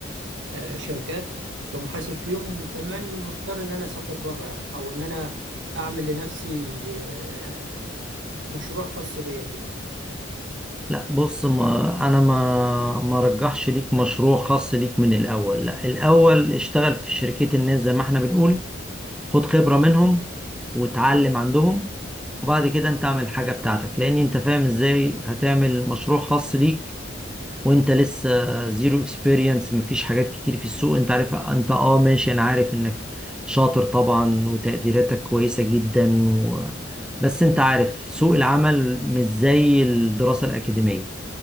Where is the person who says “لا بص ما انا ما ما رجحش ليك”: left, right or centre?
Centre